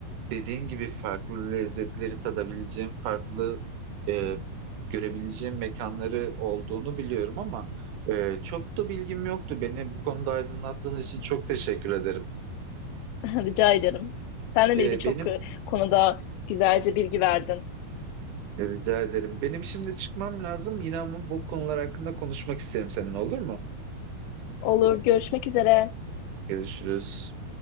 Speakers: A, on the right; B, on the left.
A: dediğin gibi farklı lezzetleri tadabileceğim, farklı e, görebileceğim mekanları olduğunu biliyorum ama e, çok da bilgim yoktu. Beni bu konuda aydınlattığın için çok teşekkür ederim.
B: <laughs> Rica ederim. Sen de
A: E,
B: beni birçok
A: benim
B: e, konuda güzelce bilgi verdin.
A: e, rica ederim. Benim şimdi çıkmam lazım. Yine ama bu konular hakkında konuşmak isterim seninle olur mu?
B: Olur, görüşmek üzere.
A: Görüşürüz.